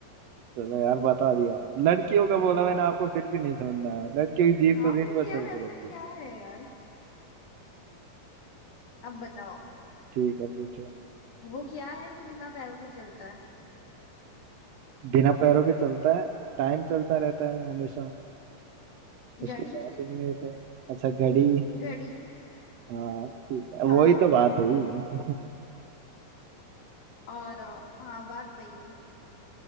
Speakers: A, on the right; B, on the left.
A: चलो यार बता दिया है लड़कियों का बोला मैंने आपको फिर भी नहीं समझ में आया लड़कियों की जीभ
B: हाँ
A: तो
B: मैं
A: दिन
B: कि
A: भर
B: यार
A: चलती
B: ऐसा
A: रहती
B: क्या
A: है
B: है यार अब बताओ
A: ठीक है पूछो
B: वो क्या है जो बिना पैरों के चलता है
A: बिना पैरों के चलता है टाइम चलता रहता है हमेशा
B: घड़ी
A: उसको पैर भी नहीं होते अच्छा घड़ी
B: <laughs> घड़ी
A: हाँ ठीक है
B: हाँ
A: वही तो बात हुई <laughs>
B: और अ, हाँ बात पई हुई